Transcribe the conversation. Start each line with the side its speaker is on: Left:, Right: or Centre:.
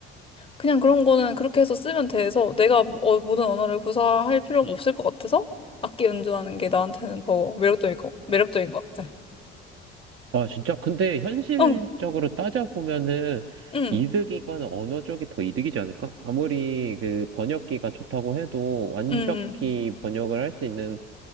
Left: 그냥 그런 거는 그렇게 해서 쓰면 돼서 내가 어, 모든 언어를 구사할 필요가 음. 없을 것 같아서 악기 연주하는 게 나한테는 더 매력적인 거, 매력적인 것 같아.
Right: 아, 진짜. 근데 현실적으로
Left: 어, 응,
Right: 따져보면은
Left: 응,
Right: 이득인 거는 언어 쪽이 더 이득이지 않을까? 아무리 그 번역기가 좋다고 해도 완벽히
Left: 응,
Right: 번역을 할 수 있는